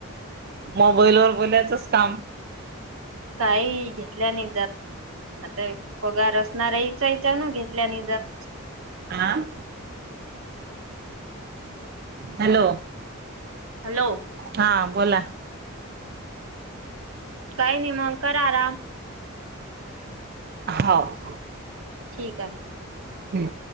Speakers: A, on the right (about 45°); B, on the right (about 70°).
A: मोबाईलवर बोलायचंच काम.
B: काही घेतल्या नाही जात. आता पगार असणाऱ्या याच्या याच्यानं घेतल्या नई जात.
A: आं? हॅलो,
B: हॅलो
A: हां बोला.
B: काही नाही मग करा आराम.
A: हाव.
B: ठीक हाय.
A: हं.